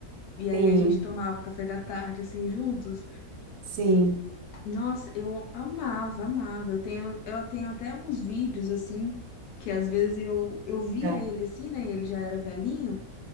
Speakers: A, on the left (about 85°); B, on the right (about 70°).
A: e
B: Sim,
A: aí a gente tomava o café da tarde assim juntos.
B: sim.
A: Nossa, eu amava, amava. Eu tenho, eu tenho até uns vídeos assim que às vezes eu, eu via
B: Tá.
A: ele assim, né? Ele já era velhinho.